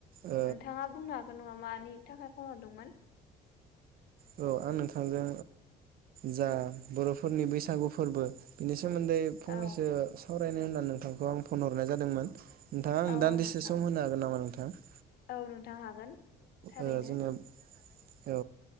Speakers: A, on the right (about 60°); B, on the left (about 70°).
A: ओ
B: नोंथाङा बुंनो हागोन नामा मानि थाखाय फन हरदोंमोन?
A: औ आं नोंथांजों जा बर'फोरनि बैसागु फोरबो बिनि सो सोमोन्दै फंनैसो
B: औ
A: सावरायनो होननानै नोंथांखौ आं फन हरनाय जादोंमोन। नोंथाङा आं
B: औ
A: दान्दिसे
B: नोंथां
A: सम होनो हागोन नामा नों <unintelligible>
B: औ नोंथां हागोन थारैनो
A: ओ जोङो औ।